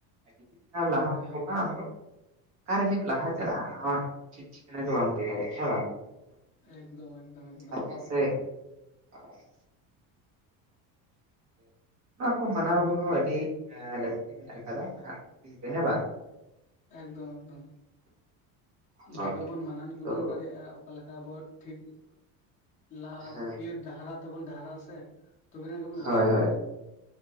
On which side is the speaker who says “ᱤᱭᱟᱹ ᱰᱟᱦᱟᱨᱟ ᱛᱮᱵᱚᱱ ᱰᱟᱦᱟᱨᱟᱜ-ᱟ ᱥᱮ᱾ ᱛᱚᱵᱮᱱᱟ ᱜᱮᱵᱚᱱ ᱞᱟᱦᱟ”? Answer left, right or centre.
Left